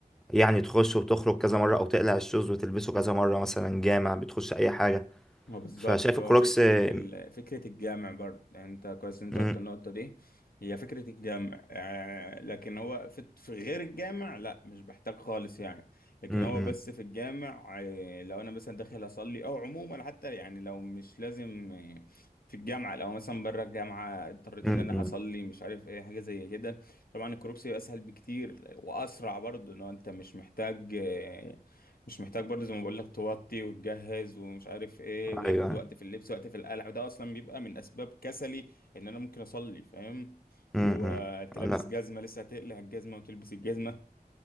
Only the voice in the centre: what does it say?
يعني تخش وتخرج كذا مره او تقلع الشوز وتلبسه كذا مره مثلا جامع بتخش اي حاجه
فشايف
الكروكس
م-
م-
م-
م-
م-
ايوه
م-
م.
انا